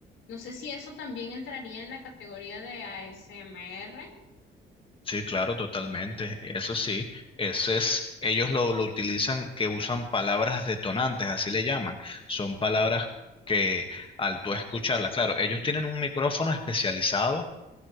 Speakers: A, on the left; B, on the left.
A: No sé si eso también entraría en la categoría de ASMR.
B: Sí, claro, totalmente. Eso sí, ese es, ellos lo, lo utilizan, que usan palabras detonantes, así le llaman. Son palabras que al tú escucharlas, claro, ellos tienen un micrófono especializado